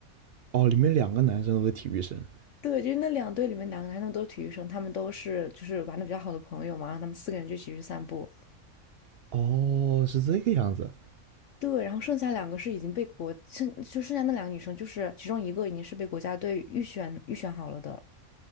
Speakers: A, on the right; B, on the left.
A: 哦，里面两个男生都是体育生，
B: 对，就是那两队里面两个男生都是体育生，他们都是就是玩的比较好的朋友嘛，然后他们四个人就一起去散步。
A: 哦，是这个样子，
B: 对，然后剩下两个是已经被国，剩就剩下那两个女生，就是其中一个已经是被国家队预选预选好了的。